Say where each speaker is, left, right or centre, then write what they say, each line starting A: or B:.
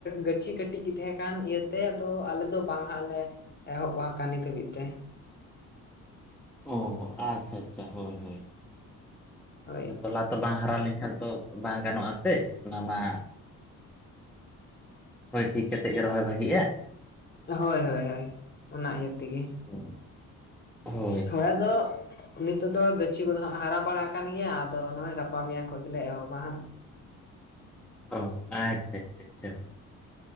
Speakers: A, on the left; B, in the centre.
A: ᱜᱟᱹᱪᱷᱤ ᱠᱟᱹᱴᱤᱡ ᱜᱮ ᱛᱮᱦᱮᱸ ᱠᱟᱱ ᱤᱭᱟᱹᱛᱮ ᱟᱫᱚ ᱟᱞᱮ ᱫᱚ ᱵᱟᱝ ᱦᱟᱸᱜ ᱞᱮ ᱮᱦᱚᱵᱼᱟ ᱱᱤᱛ ᱫᱷᱟᱹᱵᱤᱡ ᱛᱮ
B: ᱚᱻ ᱟᱪᱷᱟᱻᱟᱪᱷᱟ, ᱦᱳᱭᱻᱦᱳᱭ ᱾
A: ᱦᱳᱭ
B: ᱛᱚ ᱵᱟᱝ ᱦᱟᱨᱟ ᱞᱮᱱᱠᱷᱟᱱ ᱛᱚ ᱵᱟᱝ ᱜᱟᱱᱚᱜᱼᱟ ᱥᱮ ᱚᱱᱟ ᱢᱟ ᱦᱳᱭ ᱴᱷᱤᱠ ᱠᱟᱛᱮᱜ ᱜᱮ ᱨᱚᱦᱚᱭ ᱵᱷᱟᱹᱜᱤᱜᱼᱟ᱾
A: ᱦᱳᱭ ᱦᱳᱭ ᱦᱳᱭ ᱚᱱᱟ ᱤᱭᱟᱹ ᱛᱮᱜᱮ᱾
B: <inaudible> ᱦᱳᱭ
A: ᱛᱷᱚᱲᱟ ᱫᱚ ᱱᱤᱛᱚᱜ ᱫᱚ ᱜᱟᱹᱪᱷᱤ ᱠᱚᱫᱚ ᱦᱟᱸᱜ ᱦᱟᱨᱟ ᱵᱟᱲᱟ ᱠᱟᱱ ᱜᱮᱭᱟ, ᱟᱫᱚ ᱱᱚᱜᱼᱚᱭ ᱜᱟᱯᱟ ᱢᱮᱭᱟᱝ ᱠᱷᱚᱱ ᱜᱮᱞᱮ ᱮᱦᱚᱵᱟ ᱦᱟᱸᱜ᱾
B: ᱚ ᱟᱪᱪᱷᱟ ᱟᱪᱷᱟ ᱟᱪᱷᱟ